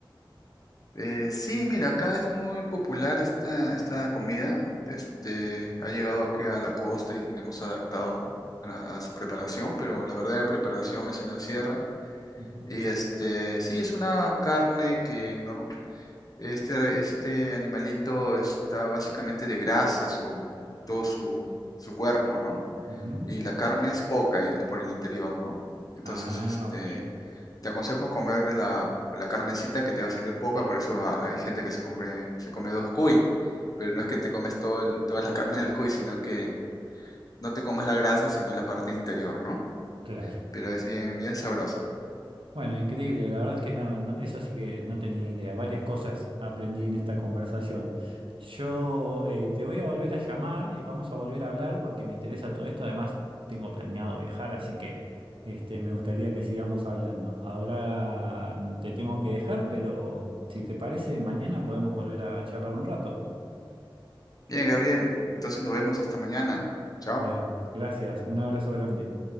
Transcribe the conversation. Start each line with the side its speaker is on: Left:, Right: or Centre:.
Left: Eh, sí, mira, acá es muy popular esta, esta comida. Este, ha llegado aquí a la costa y nos hemos adaptado, ¿no? A, a su preparación, pero la verdadera preparación es en la sierra.
Right: Ujú,
Left: Y este, sí, es una carne que no, Este, este animalito está básicamente de grasa, su, todo su, su cuerpo, ¿no?
Right: ujú.
Left: Y la carne es poca en- por el interior, ¿no? Entonces,
Right: Ah,
Left: este,
Right: ok.
Left: te aconsejo comer la, la carnecita que te va a salir poca, por eso a- hay gente que se come, se come dos cuy, pero no es que te comes todo el- toda la carne del cuy, sino que no te comas la grasa, sino la parte interior, ¿no?
Right: Claro.
Left: Pero es bien, bien sabrosa.
Right: Bueno, increíble, la verdad es que no, no- eso sí que no tenía idea. Varias cosas aprendí en esta conversación. Yo eh, te voy a volver a llamar y vamos a volver a hablar porque me interesa todo esto. Además, tengo planeado viajar, así que este, me gustaría que sigamos hablando. Ahora mm, te tengo que dejar, pero si te parece, mañana podemos volver a charlar un rato.
Left: Bien, Gabriel, entonces nos vemos hasta mañana. Chao.
Right: Bueno, gracias, un abrazo grande.